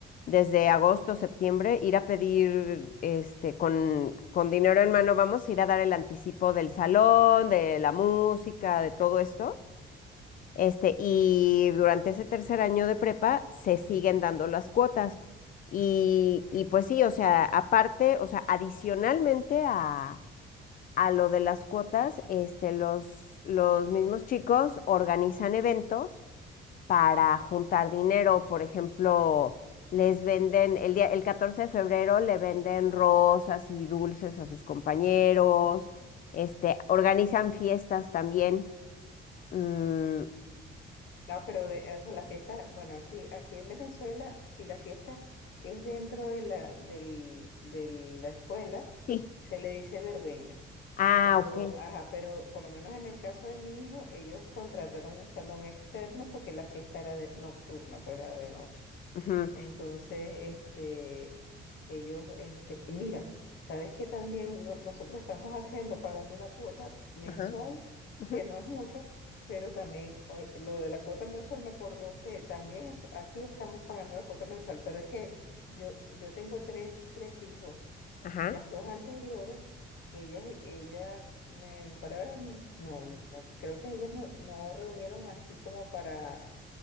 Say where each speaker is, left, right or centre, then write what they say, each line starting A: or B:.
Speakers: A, on the left (about 45°); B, on the left (about 65°).
A: desde agosto, septiembre, ir a pedir este con, con dinero en mano, vamos, ir a dar el anticipo del salón, de la música, de todo esto. Este, y durante ese tercer año de prepa se siguen dando las cuotas. Y, y pues sí, o sea, aparte, o sea, adicionalmente a, a lo de las cuotas, este, los, los mismos chicos organizan eventos para juntar dinero. Por ejemplo, les venden, el día, el 14 de febrero le venden rosas y dulces a sus compañeros. Este, organizan fiestas también. Mm,
B: No, pero de, o sea, la fiesta, bueno, aquí, aquí en Venezuela, si la fiesta es dentro de la, del, de la escuela,
A: sí.
B: se le dice verbena.
A: Ah,
B: Pero,
A: ok.
B: ajá, pero por lo menos en el caso de mi hijo, ellos contrataron un salón externo porque la fiesta era de- nocturna, pues era de noche.
A: Ujú.
B: Entonces, este, ellos, este, y mira, ¿sabes que también no- nosotros estamos haciendo, pagando una cuota mensual,
A: Ajá, ujú,
B: que no es mucho, pero también oye, lo de la cuota mensual me acordó que también es- aquí estamos pagando la cuota mensual, pero es que yo, yo tengo tres, tres hijos
A: Ajá,
B: y las dos anteriores, ellas, ellas, me, para ver, no, no, creo que ellas no, no reunieron así como para